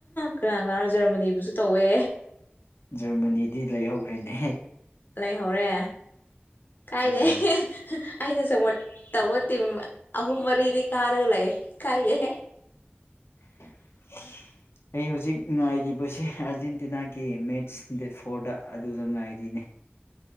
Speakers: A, on the left; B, on the left.
A: ꯀꯅꯥ ꯀꯅꯥ ꯖꯔꯃꯅꯤꯕꯨꯁꯨ ꯇꯧꯋꯦ
B: ꯖꯔꯃꯅꯤꯗꯤ ꯂꯩꯍꯧꯈ꯭ꯔꯤꯅꯦ
A: ꯂꯩꯍꯧꯔꯦ ꯀꯥꯏꯗꯦ
B: ꯍꯧꯔꯦ
A: ꯑꯩꯅ ꯁꯞꯄꯣꯠ ꯇꯧꯋꯥ ꯇ ꯑꯍꯨꯝ ꯃꯔꯤꯗꯤ ꯀꯥꯔꯒ ꯂꯩꯦ ꯀꯥꯏꯗꯦ
B: <inaudible> ꯑꯩ ꯍꯧꯖꯤꯛ ꯉꯥꯏꯔꯤꯕꯁꯦ ꯑꯥꯔꯖꯦꯟꯇꯤꯅꯥꯒꯤ ꯃꯦꯠꯁ ꯗꯦꯠ ꯐꯣꯔꯗ ꯑꯗꯨꯗ ꯉꯥꯏꯔꯤꯅꯦ